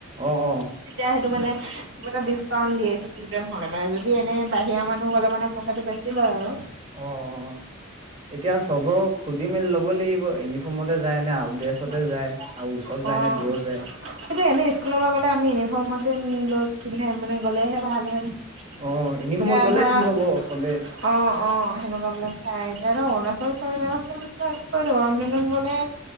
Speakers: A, on the right; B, on the right.
A: অ অ
B: তেতিয়া সেইটো মানে কিবা এটা ডিচকাউণ্ট দিয়ে ষ্টুডেন্ট হলে মানে যদি এনে বাহিৰৰ মানুহ গলে মানে পইচাটো বেছি লয় আৰু।
A: অ', অ', এতিয়া চবক সুধি মেলি ল'ব লাগিব ইউনিফৰ্মতে যায় নে আউট
B: অ',
A: ড্ৰেছতে যায় আৰু ওচৰত যায় নে দূৰত যায়
B: কিন্তু এনে স্কুলৰ পৰা গ'লে আমি ইউনিফৰ্মত <unintelligible> মানে গ'লেহে ভাল হয়। এতিয়া
A: অ ইউনিফৰ্মত গ'লে
B: ধৰা অ',
A: ঠিক হ'ব চবে
B: অ', সেনেকুৱা বিলাক খাই এতিয়া অৰুণাচ <unintelligible> গৰম দিনত গলে